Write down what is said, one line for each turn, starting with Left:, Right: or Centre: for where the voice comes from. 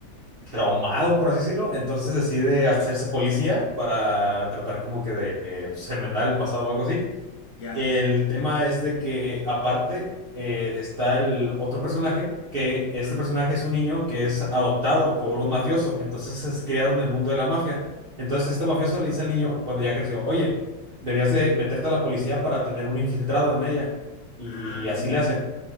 Right: traumado, por así decirlo. Entonces decide hacerse policía para tratar como que de eh, pues, enmendar el pasado o algo así.
Left: Ya.
Right: El tema es de que aparte eh, está el otro personaje, que este
Left: ¿Mm?
Right: personaje es un niño que es adoptado por un mafioso, entonces es criado en el mundo de la mafia. Entonces este mafioso le dice al niño cuando ya creció, oye, deberías de meterte a la policía para tener un infiltrado en ella. Y
Left: Ah,
Right: así
Left: ya.
Right: le hacen.